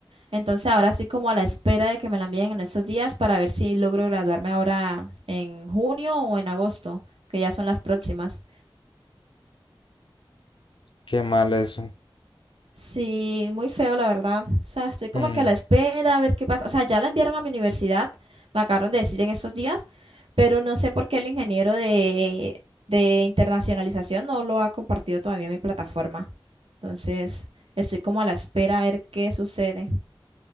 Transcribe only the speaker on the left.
Qué mal eso.
Mm.